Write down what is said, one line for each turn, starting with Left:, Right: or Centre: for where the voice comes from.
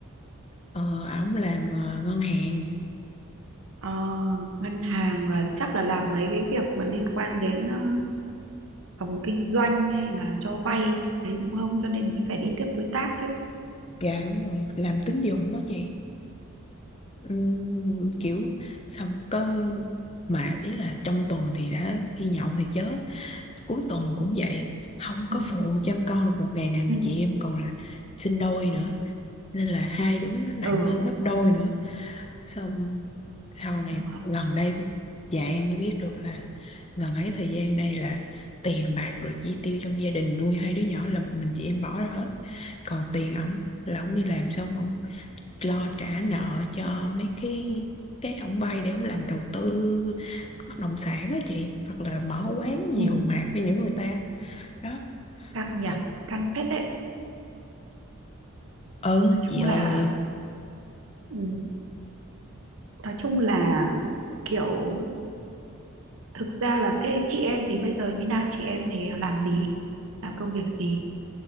Left: ờ, ổng làm ờ, ngân hàng
Right: ờ, ngân hàng và chắc là làm mấy cái việc mà liên quan đến ờ, phòng kinh doanh hay là cho vay đấy đúng không cho nên mới phải đi tiếp đối tác chứ
Left: dạ đúng rồi làm tín dụng đó chị Ừm, kiểu xong có mà ý là trong tuần thì đã đi nhậu thì chớ cuối tuần cũng vậy không có
Right: ừ
Left: phụ chăm con được một ngày nào mà
Right: ừ
Left: chị em còn là sinh đôi nữa nên là hai đứa nó nặng
Right: ừ,
Left: hơn gấp đôi nữa xong sau này
Right: đúng rồi.
Left: gần đây dạ em mới biết được là gần ấy thời gian đây là tiền bạc rồi chi tiêu trong gia đình nuôi hai đứa nhỏ là một mình chị em bỏ ra hết còn tiền ổng là ổng đi làm xong ổng lo trả nợ cho mấy cái cái ổng vay để ổng làm đầu tư bất động sản á chị hoặc là mở quán gì
Right: ừ.
Left: hùng hạp với những người ta đó
Right: căng nhỉ
Left: xong
Right: căng phết đấy
Left: ơn lắm
Right: nói chung
Left: chị ơi
Right: là ừ. nói chung là kiểu thực ra là thế chị em thì bây giờ như nào chị em thì à, làm gì làm công việc gì